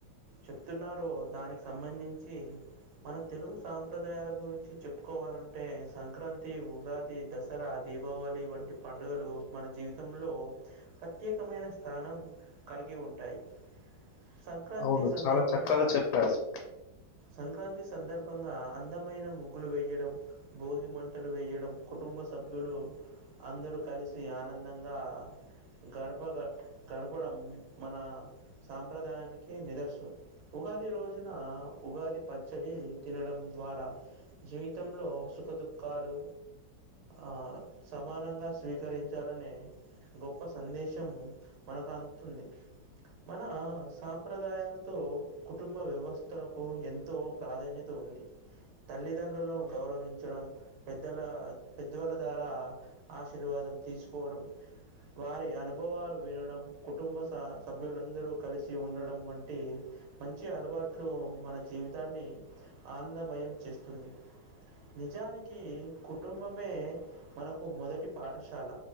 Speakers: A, on the right; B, on the left.
A: చెప్తున్నారో దానికి సంబంధించి మన తెలుగు సాంప్రదాయాల గురించి చెప్పుకోవాలంటే సంక్రాంతి ఉగాది దసరా దీపావళి వంటి పండుగలు మన జీవితంలో ప్రత్యేకమైన స్థాన నం కలిగి ఉంటాయి సంక్రాంతి
B: అవును
A: సందర్భంగా
B: చాలా చక్కగా చెప్పారు.
A: సంక్రాంతి సందర్భంగా అందం మైన ముగ్గులు వేయడం భోగి మంటలు వేయడం కుటుంబ సభ్యులు అందరూ కలిసి ఆనందంగా గడప గ గడపడం మన సాంప్రదాయానికి నిదర్శనం ఉగాది రోజున ఉగాది పచ్చడి తినడం ద్వారా జీవితంలో సుఖ దుఃఖాలు ఆ సమానంగా స్వీకరించాలని గొప్ప సందేశం మనకు అందుతుంది మన సాంప్రదాయాలతో కుటుంబ వ్యవస్థలకు ఎంతో ప్రాధాన్యత ఉంది ఉంది తల్లిదండ్రులు గౌరవించడం పెద్దల పెద్దవాళ్ల ద్వారా ఆశీర్వాదం తీసుకోవడం వారి అనుభవాలు వినడం కుటుంబ స సభ్యులందరూ కలిసి ఉండడం వంటి మంచి అలవాట్లు మన జీవితాన్ని ఆనందమయం చేస్తుంది నిజానికి కుటుంబమే మనకు మొదటి పాఠశాల